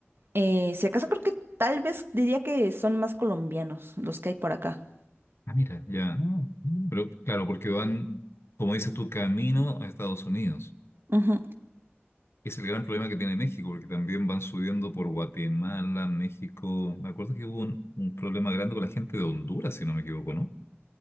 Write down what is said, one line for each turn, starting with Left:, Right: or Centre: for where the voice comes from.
Right: Eh, si acaso creo que tal vez diría que son más colombianos los que hay por acá.
Left: Ah, mira, ya. Mm. Pero claro, porque van, como dices tú, camino a Estados Unidos.
Right: Ujú.
Left: Es el gran problema que tiene México, porque también van subiendo por Guatemala, México. Me acuerdo que hubo un, un problema grande con la gente de Honduras, si no me equivoco, ¿no?